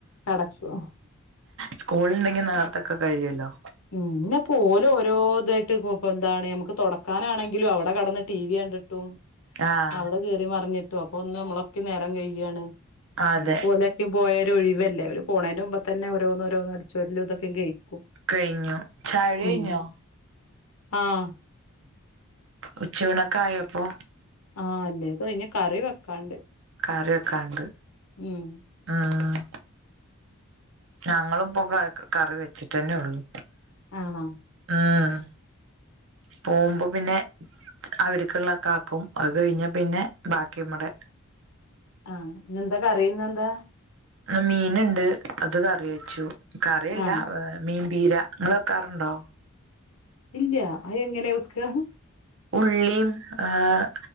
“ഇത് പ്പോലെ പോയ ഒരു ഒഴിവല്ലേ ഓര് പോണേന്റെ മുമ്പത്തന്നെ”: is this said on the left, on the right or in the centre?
Left